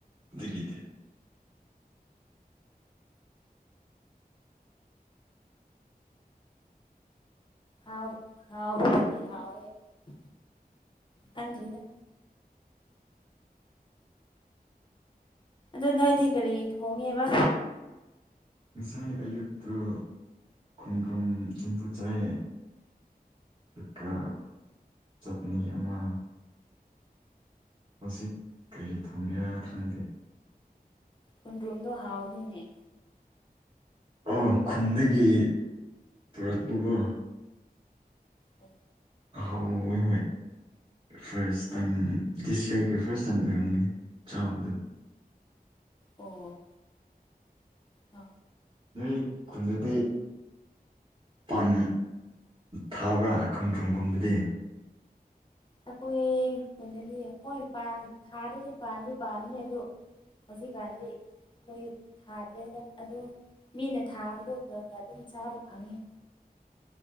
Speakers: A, on the right (about 30°); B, on the left (about 30°).
A: ꯗꯒꯤꯗꯤ
B: ꯍꯥꯎ ꯍꯥꯎꯕꯕꯨꯗꯤ ꯍꯥꯎꯋꯦ ꯑꯗꯨ ꯈꯪꯗ꯭ꯔ‌ꯦꯗ ꯑꯗꯨ ꯅꯣꯏꯗꯤ ꯀꯔꯤ ꯊꯣꯡꯉꯦꯕ
A: ꯉꯁꯥꯏ ꯑꯌꯨꯛꯇꯨ ꯈꯨꯡꯒ꯭ꯔꯪ ꯆꯨꯝꯐꯨ ꯆꯥꯏ ꯀꯀꯥ ꯆꯠꯅꯤ ꯑꯃ ꯍꯧꯖꯤꯛ ꯀꯔꯤ ꯊꯣꯡꯒꯦꯔ ꯈꯪꯗꯦ
B: ꯍꯨꯟꯗ꯭ꯔꯨꯝꯗꯣ ꯍꯥꯎꯕꯅꯤꯅꯦ
A: ꯑ ꯈꯨꯟꯗꯒꯤ ꯄꯨꯔꯛꯄꯒꯣ
B: ꯍ
A: ꯍꯥꯎꯣꯏ ꯍꯣꯏ ꯐꯥꯔꯁ ꯇꯥꯏꯝ ꯗꯤꯁ ꯌꯌꯥꯔꯒꯤ ꯐꯥꯔꯁ ꯇꯥꯏꯝ ꯑꯣꯏꯔꯝꯒꯅꯤ ꯆꯥꯕꯗꯨꯣ
B: ꯑꯣ ꯍ
A: ꯅꯣꯏ ꯈꯨꯟꯗꯗꯤ ꯄꯥꯟ ꯊꯥꯕ꯭ꯔꯥ ꯈꯣꯡꯗ꯭ꯨꯔꯝꯒꯨꯝꯕꯗꯤ
B: ꯑꯩꯈꯣꯏ ꯀꯩꯅꯅꯗꯤ ꯍꯣꯏ ꯊꯥꯗꯗꯤ ꯄꯥꯝꯗꯤ ꯄꯥꯝꯝꯕꯅꯦ ꯑꯗꯣ ꯍꯧꯖꯤꯛꯀꯥꯟꯗꯤ ꯑꯩꯈꯣꯏ ꯊꯥꯗ꯭ꯔꯦꯗ ꯑꯗꯣ ꯃꯤꯅ ꯊꯥꯕꯗꯣ ꯅꯣꯏꯅ ꯑꯗꯨꯝ ꯆꯥꯕ ꯐꯪꯉꯤ